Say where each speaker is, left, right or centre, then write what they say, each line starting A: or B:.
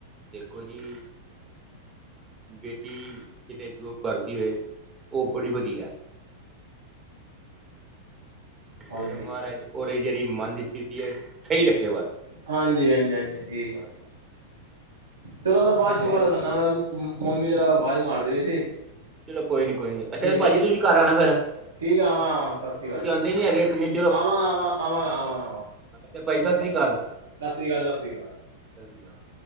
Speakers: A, on the right; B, on the right.
A: ਦੇਖੋ ਜੀ, ਬੇਟੀ ਕਿਤੇ ਜੋਬ ਕਰਦੀ ਹੋਏ ਉਹ ਬੜੀ ਵਧੀਆ। ਕਹਿੰਦੇ
B: ਹਾਂਜੀ।
A: ਮਹਾਰਾਜ,
B: ਹਾਂਜੀ,
A: ਉਹਰੇ ਜਿਹੜੀ ਮਨ ਦੀ ਸਥਿਤੀ ਹੈ ਸਹੀ ਰੱਖੇ ਬਸ।
B: ਹਾਂਜੀ- ਹਾਂਜੀ, ਹਾਂਜੀ। ਜੀ।
A: ਕਿਉਂਕਿ
B: ਚਲੋ ਮੈਂ ਬਾਅਦ ਚੋਂ,
A: ਮਨ
B: ਗੱਲ ਕਰਨਾ। ਮੰਮੀ ਜਰਾ ਆਵਾਜ਼ ਮਾਰਦੇ ਵੀ ਸੀ।
A: ਚਲੋ ਕੋਈ ਨੀ ਕੋਈ ਨੀ। ਅੱਛਾ,
B: ਠੀਕ
A: ਭਾਜੀ
B: ਹੈ ਜੀ।
A: ਤੁਸੀਂ ਘਰ ਆਉਣਾ ਫੇਰ।
B: ਠੀਕ ਆ, ਆਵਾਂ- ਆਵਾਂ ਸਤਿ ਸ਼੍ਰੀ
A: ਤੁਸੀਂ
B: ਅਕਾਲ ਜੀ।
A: ਆਉਂਦੇ ਨੀ ਹੈਗੇ ਕਿੰਨੇ
B: ਆਵਾਂਗੇ ਆਵਾਂਗਾ, ਆਵਾਂਗਾ, ਆਵਾਂ।
A: ਤੇ ਭਾਈ ਸਤਿ ਸ੍ਰੀ ਅਕਾਲ।
B: ਸਤਿ੍ਰੀ ਅਕਾਲ, ਸਤਿ ਸ੍ਰੀ ਅਕਾਲ।
A: ਸਤਿ ਸ੍ਰੀ ਅਕਾਲ।